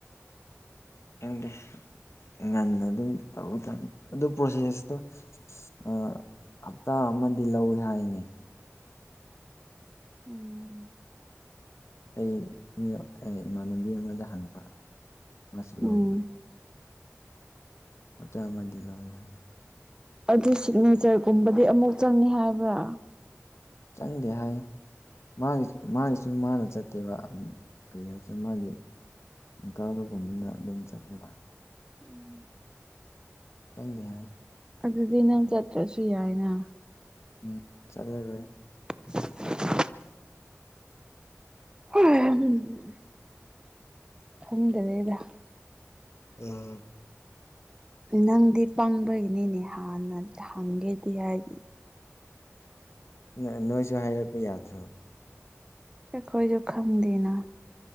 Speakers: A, on the left (about 65°); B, on the right (about 15°).
A: ꯈꯪꯗꯦ ꯉꯟꯅ ꯑꯗꯨꯝ ꯇꯧ ꯇꯥꯕꯅꯤ ꯑꯗꯨ ꯄ꯭ꯔꯣꯁꯦꯁꯇꯣ ꯑꯥ ꯍꯞꯇꯥ ꯑꯃꯗꯤ ꯂꯧꯏ ꯍꯥꯏꯅꯦ꯫
B: ꯎꯝ꯫
A: ꯑꯩ ꯃꯤ ꯏꯃꯥꯟꯅꯕꯤ ꯑꯃꯗ ꯍꯪꯕ ꯃꯥꯁꯨ ꯂꯧꯕ꯫
B: ꯎꯝ
A: ꯑꯞꯇꯥ ꯑꯃꯗꯤ ꯂꯧꯋꯦ ꯍꯥꯏ꯫
B: ꯑꯗꯨ ꯁꯤꯒꯅꯦꯆꯔꯒꯨꯝꯕꯗꯤ ꯑꯃꯨꯛ ꯆꯪꯉꯦ ꯍꯥꯏꯕ꯭ꯔꯥ?
A: ꯆꯪꯗꯦ ꯍꯥꯏ꯫ ꯃꯥꯒꯤ ꯃꯥꯒꯤꯁꯨ ꯃꯥꯅ ꯆꯠꯇꯦꯕ ꯀꯔꯤ ꯍꯥꯏꯁꯤꯅ ꯃꯥꯒꯤ ꯀꯕꯒꯨꯝꯕꯅ ꯑꯗꯨꯝ ꯆꯠꯄ ꯃꯥꯜꯂꯤ꯫
B: ꯎꯝ
A: ꯆꯪꯗꯦ ꯍꯥꯏ
B: ꯑꯗꯨꯗꯤ ꯅꯪ ꯆꯠꯇ꯭ꯔꯁꯨ ꯌꯥꯏꯅ
A: ꯎꯝ ꯆꯠꯂꯔꯣꯏ
B: <unintelligible> <unintelligible> ꯈꯪꯗꯔꯦꯗ
A: ꯎꯝ
B: ꯅꯪꯗꯤ ꯄꯪꯕꯒꯤꯅꯤꯅꯦ ꯍꯥꯟꯅ ꯍꯪꯒꯦꯗꯤ ꯍꯥꯏꯗꯤ
A: ꯎꯝ ꯅꯣꯏꯁꯨ ꯍꯥꯏꯔꯛꯄ ꯌꯥꯗ꯭ꯔꯣ
B: ꯑꯈꯣꯏꯁꯨ ꯈꯪꯗꯦꯅ